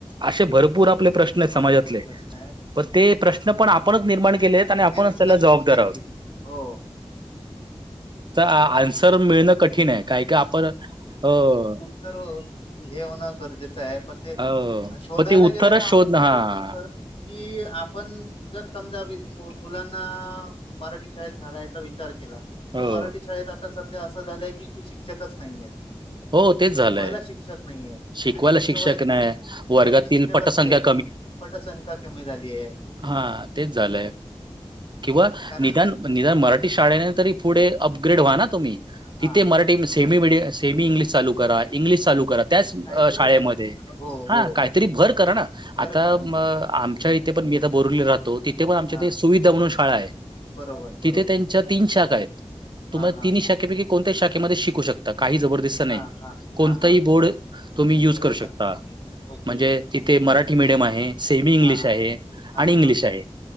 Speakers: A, on the right; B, on the left.
A: असे भरपूर आपले प्र श्न
B: भरपूर
A: समाजातले
B: प्रश्न आहेत
A: पण ते प्रश्न पण आपणच निर्माण केले आहेत आणि आपणच
B: निर
A: त्याला
B: नक्कीच
A: जबाबदार
B: नक्कीच
A: आहोत.
B: हो.
A: आ आन्सर मिळणं कठीण हाय काय का आपण अ --
B: तर हे होणं गरजेचं आहे. पण ते
A: अ
B: शोधायला
A: पण ते उत्तरच
B: गेलं तर आपण
A: शोधणं
B: काय
A: हां.
B: होत सर कि आपण जर समजा मुलांना मराठी शाळेत घालायचा विचार केला पण
A: हो,
B: मराठी शाळेत आता सध्या असं झालंय की शिक्षकच नाही आहेत.
A: हो तेच झालंय.
B: शिकवायला शिक्षक नाहीयेत.
A: शिकवायला
B: आणि शिकवायचं
A: शिक्षक नाही, वर्गातील
B: जरी शिक्षक
A: पटसंख्या
B: असले पटसंख्या कमी झालीए.
A: हा तेच झालंय किंवा
B: कारण
A: निदान -- निदान मराठी शाळेने तरी पुढे अपग्रेड व्हा ना तुम्ही
B: हा
A: तिथे मराठी सेमी मिडियासी सेमी इंग्लिश चालु करा इंग्लिश चालू करा. त्याच शाळेमध्ये
B: काहीतरी त्याच्यात हो
A: हा
B: हो
A: काहीतरी भर करा ना.
B: भर
A: आता
B: करा
A: आमच्या पण मी आता बोरवले राहतो तिथे पण आमच्या
B: हा
A: ते सुविधा म्हणून शाळा आहे
B: बरोबर बरोबर
A: तिथे त्यां च्या तीन शाख आहेत
B: हा
A: तुम्हाला
B: हा
A: तिनीही शाखेपैकी कोणत्या शाखेमध्ये शिकू शकत काही जबरदस्त नाही.
B: हा हा हा
A: कोणताही
B: हा हा
A: बोर्ड तुम्ही युज
B: घेऊ
A: करू शकता
B: तुम्ही ओके
A: म्हणजे -- तिथे मराठी मीडियम आहे. सेमी इंग्लिश
B: हा
A: आहे
B: हा हा
A: आणि इंग्लिश
B: हा हा हा
A: आहे